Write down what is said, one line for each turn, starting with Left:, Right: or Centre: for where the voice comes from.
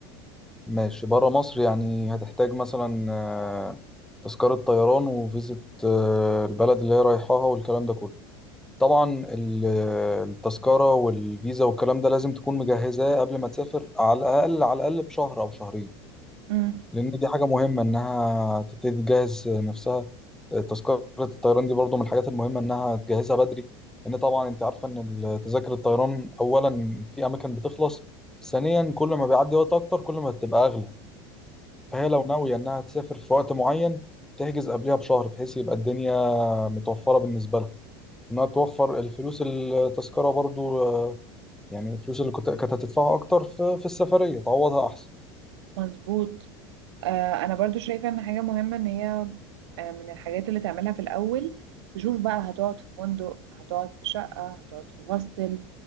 Centre: ماشي بره مصر يعني هتحتاج مثلا آه، تذكره طيران وفيزه آه، البلد اللي هي رايحاها والكلام ده كله طبعا ال- آه، التذكره والفيزا والكلام ده لازم تكون مجهزاه قبل ما تسافر على الاقل على الاقل بشهر او شهرين
Right: امم
Centre: لان دي حاجه مهمه انها تبتدي تجهز نفسها تذكره الطيران دي برضو من الحاجات المهمه انها تجهزها بدري لان طبعا انت عارفه ان تذاكر الطيران اولا في اماكن بتخلص ثانيا كل ما بيعدي وقت اكتر كل ما بتبقى اغلى فهي لو ناويه انها تسافر في وقت معين تحجز قبلها بشهر بحيث يبقى الدنيا متوفره بالنسبه لها انها توفر الفلوس التذكره برضو يعني الفلوس اللي كنت كانت هتدفعها اكتر في في السفريه تعوضها احسن
Right: مظبوط آه، انا برضو شايفة ان حاجة مهمة ان هي آه، من الحاجات اللي تعملها في الاول تشوف بقى هتقعد في فندق هتقعد في شقة هتقعد في هوستل